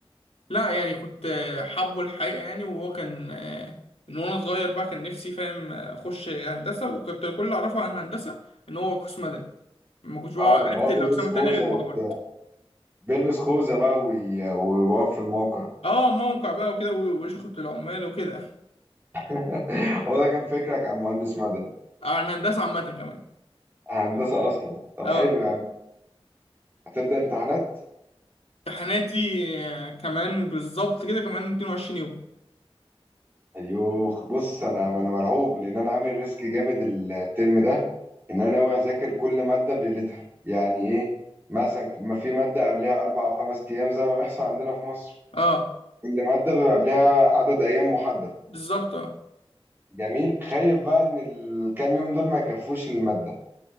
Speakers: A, on the left (about 80°); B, on the right (about 20°).
A: لا يعني كنت آه، حابه الحقيقة يعني وهو كان آه، من وانا صغير بقى كان نفسي فاهم آه، اخش هندسة وكنت كل اللي اعرفه عن الهندسة ان هو قسم مدني ما كنتش بقى
B: اه اللي
A: عرفت
B: هو
A: الاقسام
B: بيلبس
A: التانية
B: خوذة
A: غير لما
B: وبتاع
A: كبرت
B: بيلبس خوذة بقى وي- ويقف في الموقع
A: اه موقع بقى وكده و- وشغل العمال وكده
B: <laughs> هو ده كان فكرك عن مهندس مدني
A: عن هندسة عامة كمان
B: هندسة اصلا طب
A: اه
B: حلو يا عم هتبدأ امتحانات
A: امتحاناتي آه، كمان بالظبط كده كمان 22 يوم
B: ايوه بص انا انا مرعوب لان انا عامل ريسك جامد الترم ده ان انا ناوي اذاكر كل ماده بليلتها يعني ايه مثلا ما في ماده قبلها اربع او خمس ايام زي ما بيحصل عندنا في مصر
A: اه
B: كل ماده بيبقى قبلها عدد ايام محدد
A: بالظبط اه
B: جميل خايف بقى ان الكام يوم دول ما يكفوش للماده